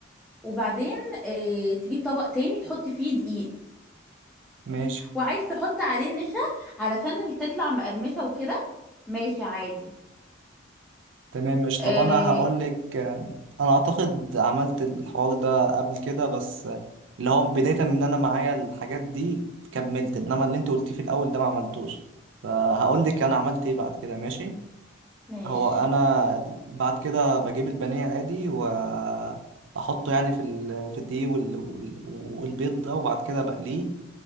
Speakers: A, in the centre; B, on the right.
A: وبعدين آه، تجيب طبق تاني تحط فيه دقيق
B: ماشي
A: وعايز تحط عليه نشا علشان اللي تطلع مقرمشة وكده ماشي عادي
B: تمام مش
A: آه،
B: طب انا هقول لك انا اعتقد عملت الحوار ده قبل كده بس اللي هو بداية من ان انا معايا الحاجات دي كملت انما اللي انت قلتيه في الاول ده ما عملتوش فهقول لك انا عملت ايه بعد كده ماشي
A: ماشي
B: هو انا بعد كده بجيب البانيه عادي واحطه يعني في ال- في الدقيق وال- وال- والبيض ده وبعد كده بقليه